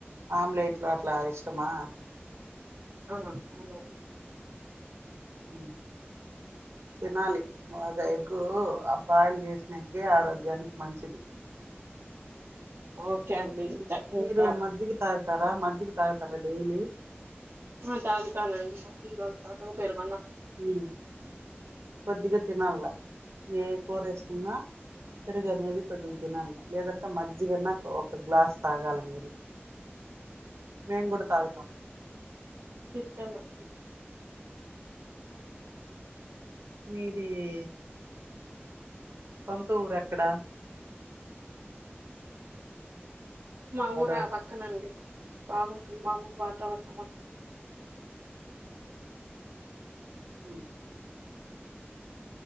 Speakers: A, on the right; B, on the right.
A: ఆమ్లెట్లు అట్లా ఇష్టమా
B: ఆ అమ్లెట్లే
A: హు తినాలి బాగా ఎగ్గూ ఆఫ్ బాయిల్ చేసిన ఎగ్గే ఆరోగ్యానికి మంచిది
B: ఓకె అండి
A: మీరు
B: ఇంకా
A: మజ్జిగ తాగ్ తార మజ్జిగి తాగుతారా డైలీ
B: ఆ తాగుతానండి మజ్జిగ తాగుతాను పెరుగు
A: హు కొద్దిగ తినల్ల ఏ కూర ఏసుకున్నా పెరుగనేది కొద్దిగ తినల్ల లేదంటే మజ్జిగన్నా ఒక గ్లాస్ తాగాల మీరు. మేమ్ కూడ తాగుతాం
B: తింట నండి
A: మీది ఏ సొంతూర్ ఎక్కడ
B: మా
A: హలో
B: ఊర పక్కనండి బాగుంటుం మా ఊరు వాతావరణమ్
A: హు